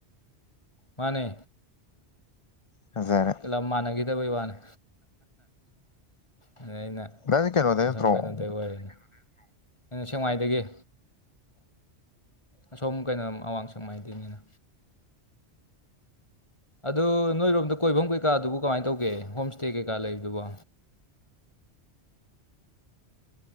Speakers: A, on the left; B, on the left.
A: ꯃꯥꯅꯦ
B: ꯐꯖꯔꯦ
A: ꯀꯌꯥꯝ ꯃꯥꯟꯅꯈꯤꯗꯕꯩ ꯋꯥꯅꯦ ꯑꯗ ꯑꯩꯅ
B: ꯗꯥꯗꯤ ꯀꯩꯅꯣꯗꯩ
A: ꯑꯁꯝ
B: ꯅꯠꯇ꯭ꯔꯣ
A: ꯀꯩꯅꯣꯗꯩ ꯑꯣꯏꯔꯅꯤ ꯑꯁꯦꯡꯋꯥꯥꯏꯗꯒꯤꯦ ꯑꯁꯣꯝ ꯀꯩꯅꯣ ꯑꯋꯥꯡ ꯁꯪ ꯍꯥꯏꯥꯏꯗꯣꯏꯅꯤꯅ
B: ꯑ
A: ꯑꯗꯨ ꯅꯣꯏꯔꯣꯝꯗ ꯀꯣꯏꯐꯝ ꯀꯩꯀꯥꯗꯨꯕꯨ ꯀꯃꯥꯏꯅ ꯇꯧꯒꯦ ꯍꯣꯝ ꯏꯁꯇꯦ ꯀꯩꯀꯥ ꯂꯩꯕꯗꯨꯕ